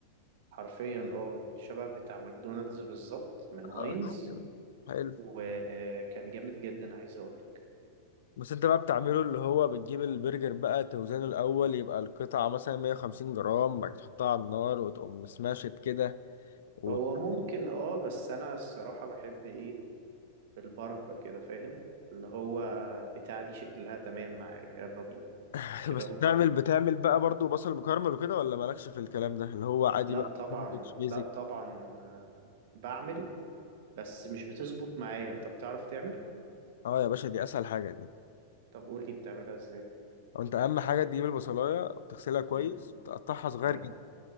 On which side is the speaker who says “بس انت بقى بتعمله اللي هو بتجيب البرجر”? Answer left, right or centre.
Left